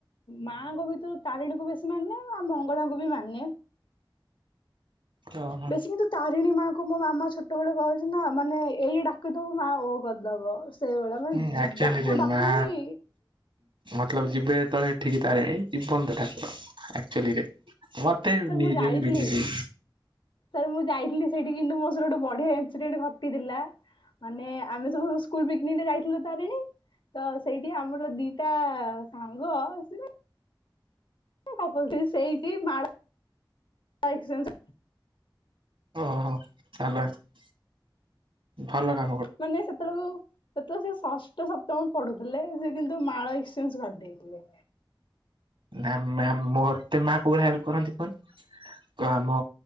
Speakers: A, on the left; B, on the right.
A: ମାଆଙ୍କ ଭିତରୁ ତାରିଣୀକୁ ବେଶୀ ମାନେ, ଆଉ ମଙ୍ଗଳାଙ୍କୁ ବି ମାନେ।
B: ଓହୋ।
A: ବେଶୀ କିନ୍ତୁ- ତାରିଣୀ ମାଙ୍କୁୁ ମୋ ମାମା ଛୋଟବେଳେ କହିଛି ନା ମାନେ ଏଇ ଡାକିଦବୁ ମା ଓ କରିଦବ। ସେଇଭଳିଆ ମାନେ
B: ହୁଁ ଆକ୍ଚୁଆଲିରେ
A: ଡାକୁ ଡାକୁ
B: ମା
A: ହିଁ
B: ମତଲବ ଯିବେ ଯେତେବେଳେ ଏଠିକ ତାରିଣୀ ଜୀବନ୍ତ ଠାକୁର ଆକ୍ଚୁଆଲିରେ <unintelligible>
A: ସାର୍
B: ନିଜେ
A: ମୁଁ ଯାଇଥିଲି,
B: ବି ବିଲିଭ୍ ହେଇନି
A: ସାର୍ ମୁଁ ଯାଇଥିଲି। ସେଇଠି କିନ୍ତୁ ମୋ ସରେ ଗୋଟେ ବଢିଆ ଇନସିଡେଣ୍ଟ ଘଟିଥିଲା। ମାନେ ଆମେ ସବୁ ସ୍କୁଲ ପିକନିକରେ ଯାଇଥିଲୁ ତାରିଣୀ। ତ ସେଇଠି ଆମର ଦିଟା ସାଙ୍ଗ ଆସିଲେ <inaudible> ସେଇଠି ମା <inaudible>
B: ଓହୋ <unintelligible> ଭଲର
A: ମାନେ ସେତେବେଳକୁ ସେତେବେଳେ ସେ ଷଷ୍ଠ, ସପ୍ତମ, ପଢୁଥିଲେ। ସେ କିନ୍ତୁ ମାଳ ଏକ୍ସଚେଞ୍ଜ କରିଦେଇଥିଲେ।
B: ନା ମ୍ୟାମ ମୋତେ ମା କୋଉଭଳିଆ ହେଲ୍ପ କରନ୍ତି କଅନି ତ ଆମ